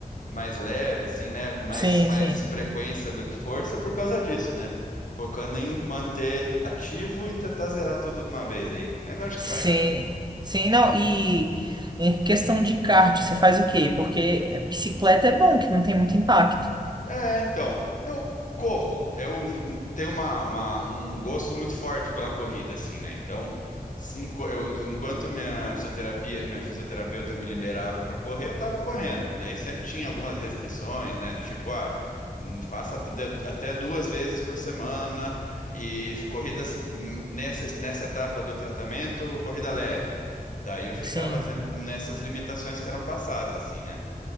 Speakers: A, on the left; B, on the right.
A: mais leve, assim, né? Com mais,
B: Sim,
A: mais
B: sim.
A: frequência do que força por causa disso, né? Focando em manter ativo e tentar zerar tudo de uma vez aí. Agora acho
B: Sim.
A: que vai.
B: Sim, não. E em questão de cardio, você faz o quê? Porque bicicleta é bom, que não tem muito impacto.
A: É, então, eu corro. Eu hum, tenho uma, uma- um gosto muito forte pela corrida, assim, né? Então, se enqu- eu- eu- enquanto minha fisioterapia, minha fisioterapeuta me liberava para correr, eu tava correndo. Daí sempre tinha algumas restrições, né? Do tipo, ah, hum, faça até até duas vezes por semana e corridas hum, nessa, nessa etapa do tratamento, corrida leve. Daí eu ficava
B: Sim,
A: ten-
B: sim.
A: nessas limitações que eram passadas, assim, né?